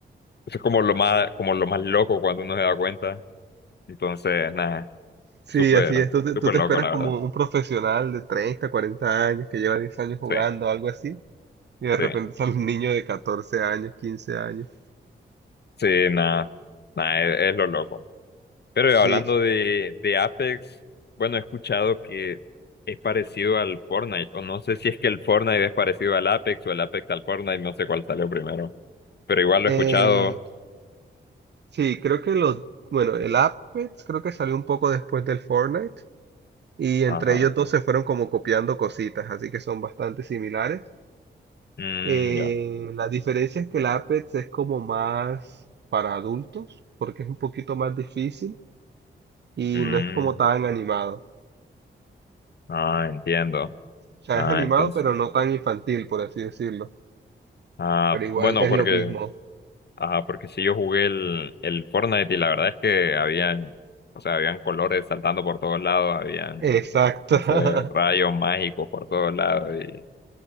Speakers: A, on the left; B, on the right.
A: es como lo más, como lo más loco cuando uno se da cuenta, entonces, nada,
B: Sí,
A: súper,
B: así es. Tú te,
A: súper
B: tú te
A: loco,
B: esperas
A: la
B: como
A: verdad,
B: un profesional de 30 40 años que lleva 10 años jugando,
A: sí,
B: algo así, Y de repente
A: sí.
B: sale un niño de 14 años, 15 años.
A: Sí, nada, nada, es, es lo loco. Pero
B: Sí,
A: hablando de, de Apex, bueno, he escuchado que es parecido al Fortnite, o no sé si es que el Fortnite es parecido al Apex o el Apex al Fortnite, no sé cuál salió primero, pero igual lo
B: eh,
A: he escuchado.
B: sí, creo que los, bueno, el Apex creo que salió un poco después del Fortnite y entre
A: Ajá,
B: ellos dos se fueron como copiando cositas, así que son bastante similares.
A: mm,
B: Eh,
A: ya,
B: la diferencia es que el Apex es como más para adultos, porque es un poquito más difícil y
A: mm,
B: no es como tan animado.
A: ah, entiendo.
B: O sea,
A: Ah,
B: es animado,
A: entonces,
B: pero no tan infantil, por así decirlo.
A: ah,
B: Pero igual
A: bueno,
B: es
A: porque
B: lo mismo.
A: Ajá, porque si yo jugué el, el Fortnite y la verdad es que habían, o sea, habían colores saltando por todos lados, habían,
B: Exacto.
A: no
B: <laughs>
A: sé, rayos mágicos por todos lados y